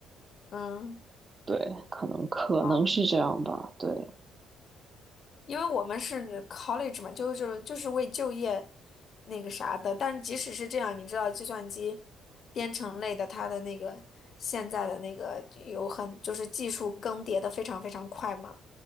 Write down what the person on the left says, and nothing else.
嗯，
哦，
因为我们是 college 嘛，就是就是为就业那个啥的。但即使是这样，你知道计算机编程类的，它的那个现在的那个有很就是技术更迭的非常非常快嘛。